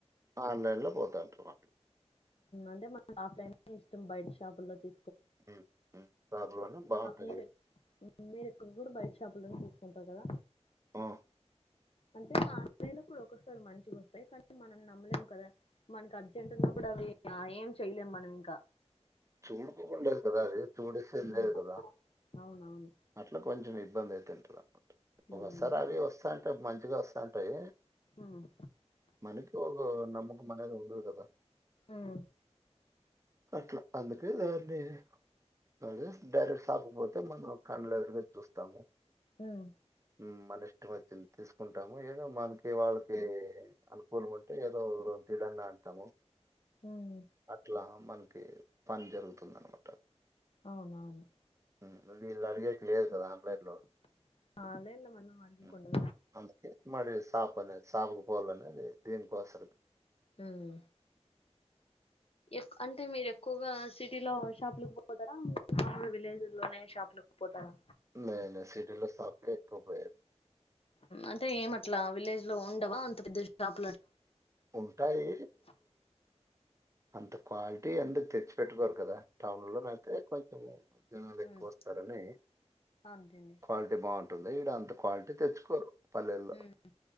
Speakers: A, on the right (about 25°); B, on the left (about 55°).
A: ఆన్లైన్ లో పోతాటావా
B: అంటే మన ఓఫ్ఫ్లిన్ ఇష్టం బయట షాపులో తీ
A: మ్ మ్ షాపులోనే బావుంటాది
B: మీరు మీరు కుకూరు బయట షాపుల్లోనే తీసుకుంటారు కదా
A: ఆ
B: అంటే ఆన్లైన్లో కూడా ఒకసారి మంచిగా వస్తాయి కానీ మనం నమ్మలేం కదా మనకి అర్జెంట్ ఉన్న ప్పుడు అవి ఏం చేయాలేం మనం ఇంకా
A: చూడకుండా అసుకోరాదే చూడస్తే
B: ఉమ్,
A: కదా
B: అవునవును
A: అట్లా కొచం ఇబ్బంది అయి తంటుంది ఒక్కోసారి
B: ఉమ్,
A: అవి వస్తాంటే మంచిగా వస్తాంటయి
B: ఉమ్,
A: మనకి ఒక నమ్మకం అనేది ఉండదు కదా
B: ఉమ్,
A: అట్లా అందుకు దాని పడే డైరెక్ట్ షాప్ పోతే మనం కండ్లువెట్టి చూస్తాము
B: ఉమ్,
A: మ్ మన ఇష్టం వచ్చింది తీసుకుంటాము ఏదో మనకి వాళ్ళకి అనుకూలగా ఉం టే ఏదో తిడడా అడతాము
B: ఉమ్,
A: అట్లా మనకి పని జరుగుతుందనమాట
B: అవునవును
A: మ్ వేళ్ళు అడిగేకి లేదు కదా ఆన్లైన్లో
B: ఆన్లైన్లో మనం అడిగకుండా
A: మ్ అందుకే మరీ సాపనే షాపుకు పోలనే అది దేనుకోసమే
B: ఉమ్ ఎక్ అంటే మీరు ఎక్కువగా సిటీ లో షాపులకు పోతారా ఆ విలేజ్ లోనే షాప్ లో పోతారా
A: నేను సిటీలో షాప్ కే ఎక్కువగా పోయేది
B: అంటే ఎం అట్లా విలేజ్ లో ఉండవా అంత పెద్ద షాప్
A: ఉంటాయి అంత క్వాలిటీ ఎందుకు తెచ్చిపెట్టుకోరు కదా టౌన్లో అయితే కొంచెం జనాలు ఎక్కువ
B: ఉమ్,
A: వస్తారు ఆని
B: అవునండి
A: క్వాలిటీ బాగుంటుంది ఇడ అంత క్వాలిటీ తెచ్చుకోరు పల్లెల్లో
B: ఉమ్